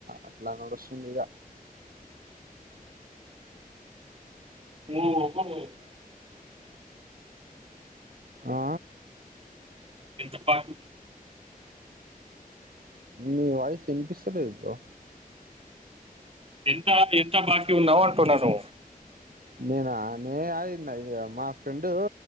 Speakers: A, on the right; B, on the right.
A: అట్లా నడుస్తుంది ఇగ
B: ఓహో
A: ఆ
B: ఎంత పాకుంది
A: మీ వయిస్ ఇనిపిస్తలేదు బ్రో
B: ఎంత ఎంత బాకీ ఉన్నావ్ అంటున్నాను
A: నేనా నేను గాదు <inaudible> మా ఫ్రెండు